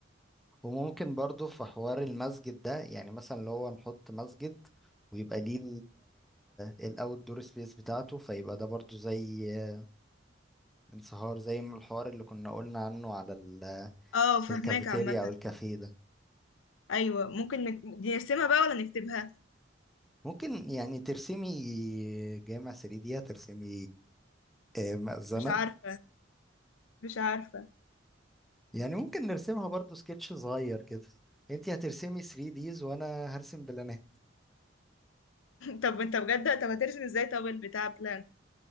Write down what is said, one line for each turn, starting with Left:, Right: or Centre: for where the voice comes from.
Centre: وممكن برضو في حوار المسجد ده يعني مثلا لو هو نحط مسجد ويبقى ليه الاوت دور سبيس بتاعته فيبقى ده برضو زي آه، انصهار زي ما الحوار اللي كنا قلنا عنه على ال- آه،
Left: اه فهماك
Centre: الكافيتيريا
Left: عامة
Centre: او الكافيه ده
Left: ايوه ممكن نك- دي نرسمها بقى ولا نكتبها
Centre: ممكن يعني ترسمي جامع 3 دي هترسمي آه، مأذنة
Left: مش عارفة مش عارفة
Centre: يعني ممكن نرسمها برضو سكتش صغير كده انتي هترسمي 3 ديز وانا هرسم بلان
Left: طب انت بجد طب هترسم ازاي طب البتاع بلان